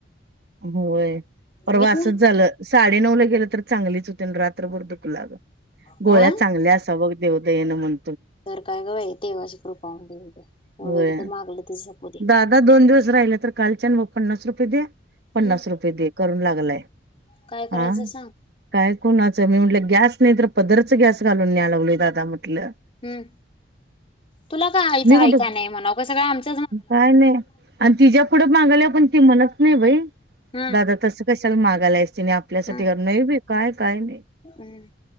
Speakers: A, on the right; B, on the left.
A: होय परवा
B: व्हीत
A: असंच
B: नाही
A: झालं साडे नऊ ला गेलं तर चांगलीच होती रात्रभर दुखल आग. गोळ्या
B: होय
A: चांगल्या असाव बघ देवदयेन म्हण.
B: तर काय ग बाई देवाची कृपा म्हणे एवढं
A: होय
B: एकदा मागलंती <unintelligible> दे.
A: दादा दोन दिवस राहिले तर, कालच्यान म पन्नास रुपये दे. पन्नास
B: हम्म
A: रुपये दे करून लागलाय
B: काय करायचं
A: हं.
B: सांग
A: काय कोणाचं? मी म्हटलं, गॅस नाही तर, पदरच गॅस घालून न्याय लावलोय दादा म्हटलं.
B: हम्म, तुला काय आईचं
A: मी
B: आहे
A: कुठं
B: का नाही म्हणाव, का सगळ आमच
A: काय नाही आणि तीज्या पुढं मागायल्यावर पण ती म्हणत नाही बाई
B: हम्म
A: दादा तस कशाला मागायलास तिने आपल्यासाठी
B: हम्म
A: घर नाही बाई काय काय नाही.
B: हम्म,